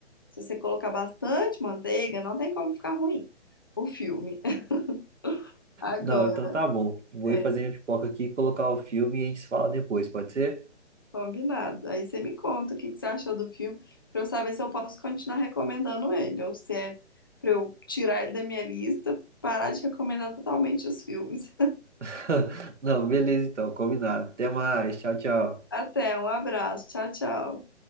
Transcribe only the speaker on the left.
se você colocar bastante manteiga, não tem como ficar ruim o filme. <laughs> Agora,
é.
Combinado. Aí você me conta o que que você achou do filme, pra eu saber se eu posso continuar recomendando ele, ou se é pra eu tirar ele da minha lista, parar de recomendar totalmente os filmes.
<laughs> Até, um abraço. Tchau, tchau.